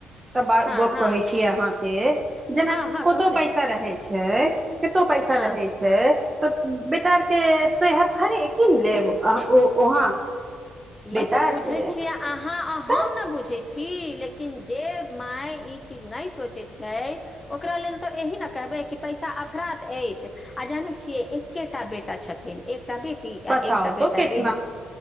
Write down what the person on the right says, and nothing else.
त बात,
गप
कहै छीयै अहाँके। जेना
कतो
पैसा रहे छै कतो पैसा
रहै छै तऽ बेटा आरके सेहत खड़ी कीन लेब अ वहाँ बेटा
आरके
तऽ
बताउ
तो
कितना